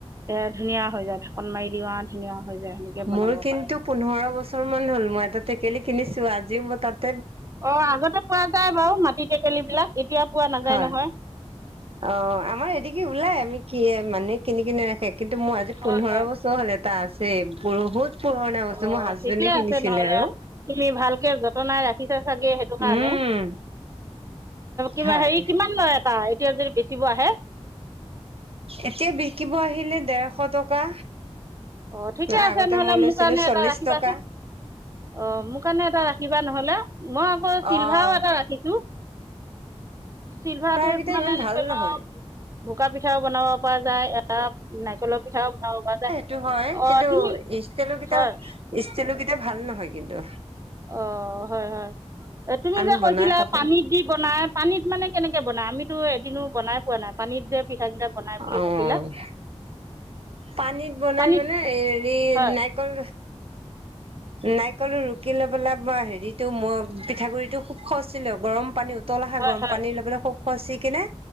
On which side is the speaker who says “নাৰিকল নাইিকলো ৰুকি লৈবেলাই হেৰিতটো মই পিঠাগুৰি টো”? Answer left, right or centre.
Right